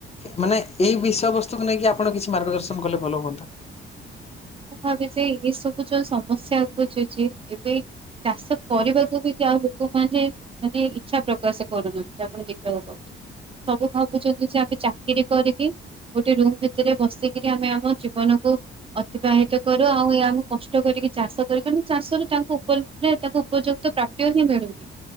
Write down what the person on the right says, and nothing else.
ମୁଁ ଭାବିଚି ଏଇ ସବୁ ଯୋଉ ସମସ୍ୟା ଉପୁଜୁଚି ଏବେ ଚାଷ କରିବାକୁବି ଯାହା ଲୋକମାନେ ମାନେ ଇଚ୍ଛା ପ୍ରକାଶ କରୁନହାନ୍ତି ଆପଣ ଦେଖିବାକୁ ପାଉଚୁ। ସବୁ ଭାବୁଚନ୍ତିଯେ ଆମେ ଚାକିରି କରିକି ଗୋଟେ ରୁମ୍ ଭିତରେ ବସିକିରି ଆମେ ଆମ ଜୀବନକୁ ଅତିବାହିତ କରୁ ଆଉ ଏହାମକୁ କଷ୍ଟ କରିକି ଚାଷ କରୁ କିନ୍ତୁ ଚାଷରେ ତାଙ୍କୁ ତାଙ୍କୁ ଉପଯୁକ୍ତ ପ୍ରାପ୍ <unintelligible>